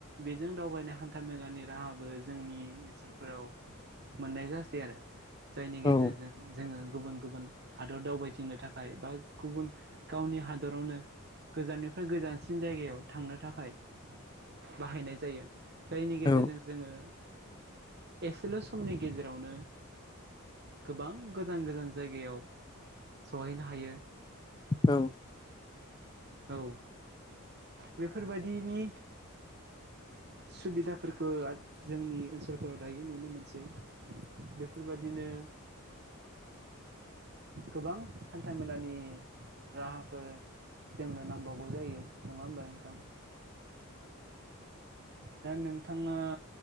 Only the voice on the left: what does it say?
औ
औ
औ